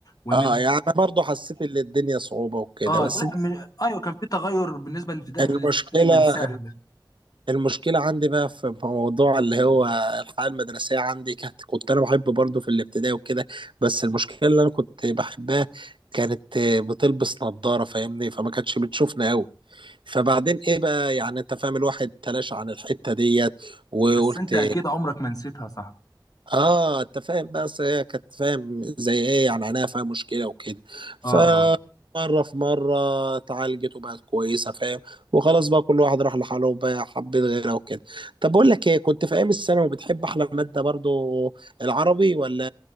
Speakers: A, on the left; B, on the right.
A: وان
B: اه
A: انت
B: يعني انا برضو حسيت ان الدنيا صعوبة وكده
A: اه
B: بس
A: لا
B: انت
A: من... ايوه كان في تغير بالنسبه للابتدائي
B: المشكلة
A: بالابتدائي كان سهل
B: المشكلة عندي بقى في في موضوع اللي هو الحياة المدرسية عندي كانت كنت أنا بحب برضه في الابتدائي وكده بس المشكلة اللي أنا كنت بحبها كانت بتلبس نظارة فاهمني فما كانتش بتشوفنا أوي فبعدين إيه بقى يعني أنت فاهم الواحد تلاشى عن الحتة ديت وقلت
A: بس انت اكيد عمرك ما نسيتها صح
B: اه انت فاهم بقى اصل هي كانت فاهم زي ايه يعني عينيها فيها مشكله وكده فمره
A: اه اه
B: في مره اتعالجت وبقت كويسه فاهم وخلاص بقى كل واحد راح لحاله وبقى حبيت غيرها وكده طب بقول لك ايه كنت في ايام الثانوي بتحب احلى ماده برضو العربي ولا